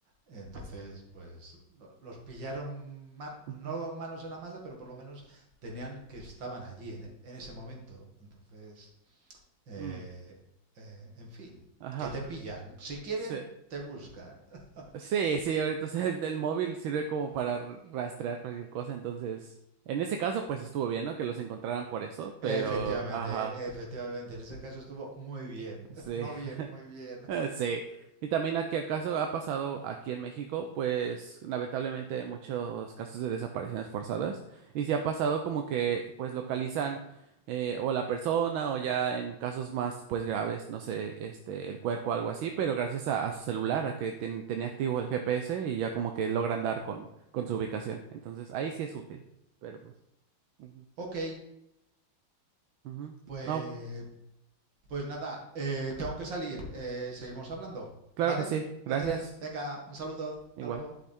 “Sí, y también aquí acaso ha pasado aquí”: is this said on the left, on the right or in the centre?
Right